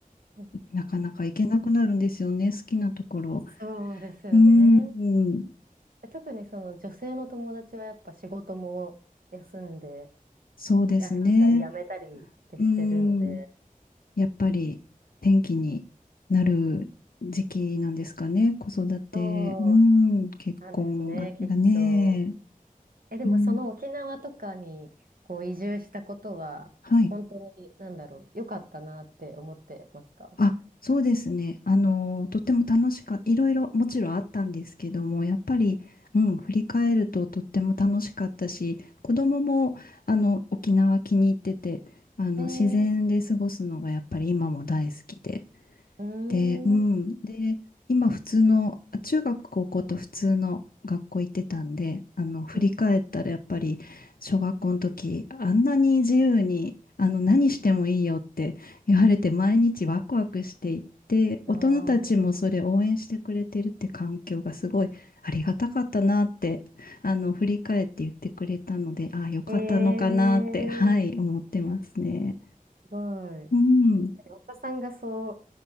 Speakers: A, on the right; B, on the left.
A: うん
B: なかなか行けなくなるんですよね。好きなところ。
A: そうですよね。
B: うん。
A: うん特にその女性の友達はやっぱ仕事も休んで、
B: そうですね。
A: 休んだり辞めたりってしてるので、
B: うん。やっぱり天気になる時期なんですかね。子育て。
A: そう
B: うん。結婚が、
A: なんですね、きっと。
B: がね。
A: え、でもその沖縄とかにこう移住したことは、
B: うん。はい。
A: 本当に、なんだろう、良かったなって思ってますか
B: あ、そうですね。あの、とっても楽しかった。いろいろもちろんあったんですけども、やっぱり、うん、振り返るととっても楽しかったし、子供も、あの、沖縄気に入ってて、あの、
A: えー、
B: 自然で過ごすのがやっぱり今も大好きで、
A: うーん、
B: で、うん。
A: う
B: で、今普通の、あ中学高校と普通の学校行ってたんで、あの、振り返ったらやっぱり小学校の時、
A: ん
B: あんなに自由に、あの、何してもいいよって言われて毎日ワクワクしていて、
A: あ
B: 大人たちもそれ応援してくれてるって環境がすごいありがたかったなって、あの、振り返って言ってくれたので、ああ、よかったのかなって、
A: ー、えー、
B: はい、思ってますね。
A: すごい。
B: うん。
A: 確かにお子さんがそう